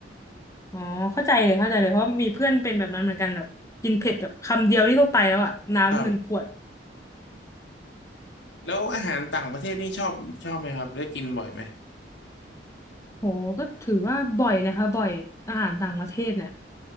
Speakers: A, on the left (about 15°); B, on the left (about 80°).
A: อ๋อเข้าใจเลยเข้าใจเลยเพราะมีเพื่อนเป็นแบบนั้นเหมือนกันแบบกินเผ็ดแบบคำเดียวนี่ก็ไปแล้วอะน้ำหนึ่งขวด
B: ครับแล้วอาหารต่างประเทศนี่ชอบชอบไหมครับได้กินบ่อยไหม
A: โหก็ถือว่าบ่อยนะคะบ่อยอาหารต่างประเทศเนี่ย